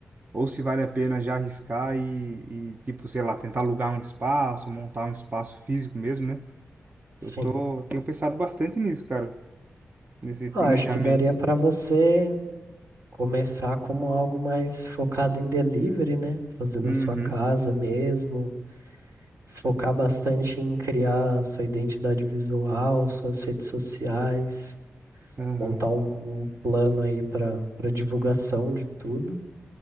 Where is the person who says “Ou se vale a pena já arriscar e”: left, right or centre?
Right